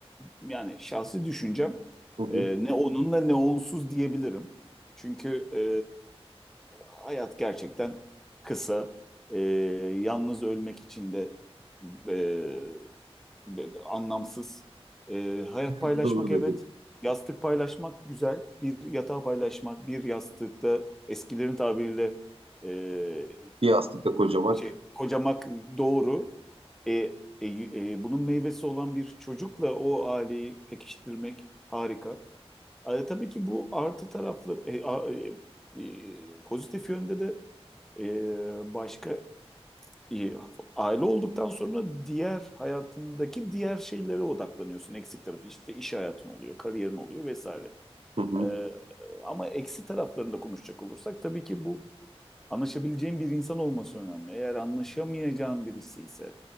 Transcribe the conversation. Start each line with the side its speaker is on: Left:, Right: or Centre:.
Centre: yani şahsi düşüncem
Right: Hı hı,
Centre: e, ne onunla ne onsuz diyebilirim. Çünkü e, hayat gerçekten kısa. E, yalnız ölmek için de e, be- anlamsız. E, hayat
Right: <laughs>
Centre: paylaşmak
Right: doğru dedim.
Centre: evet. Yastık paylaşmak güzel. Bir yatağı paylaşmak, bir yastıkta eskilerin tabiriyle e,
Right: Bir yastıkta kocamak.
Centre: şey, kocamak doğru. E, e, e, bunun meyvesi olan bir çocukla o aileyi pekiştirmek harika. E, tabii ki bu artı tarafları e, a- e, e, pozitif yönde de e, başka e, aile olduktan sonra diğer hayatındaki diğer şeylere odaklanıyorsun. Eksik tarafı işte iş hayatın oluyor, kariyerin oluyor vesaire.
Right: Hı hı,
Centre: E, ama eksi taraflarında konuşacak olursak tabii ki bu Anlaşabileceğin bir insan olması önemli. Eğer anlaşamayacağın birisi ise